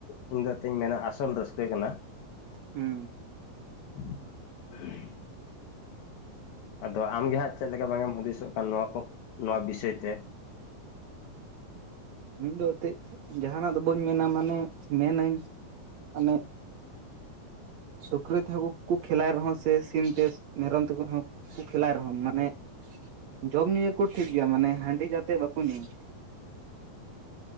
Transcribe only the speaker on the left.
ᱤᱧ ᱫᱚ ᱛᱚᱧ ᱢᱮᱱᱟ ᱟᱥᱚᱞ ᱨᱟᱹᱥᱠᱟᱹ ᱠᱟᱱᱟ
<inaudible> ᱟᱫᱚ ᱟᱢᱜᱮᱦᱟᱸᱜ ᱪᱮᱫ ᱞᱮᱠᱟ ᱵᱟᱝᱮᱢ ᱦᱩᱫᱤᱥᱚᱜ ᱠᱟᱱ ᱱᱚᱣᱟ ᱠᱚ ᱱᱚᱣᱟ ᱵᱤᱥᱚᱭ ᱛᱮ